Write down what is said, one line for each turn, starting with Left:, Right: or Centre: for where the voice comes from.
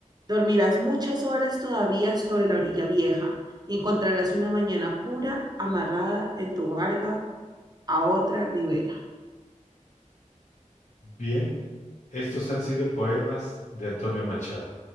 Right: Dormirás muchas horas todavía sobre la orilla vieja y encontrarás una mañana pura amarrada en tu barca a otra ribera.
Left: Bien, estos han sido poemas de Antonio Machado.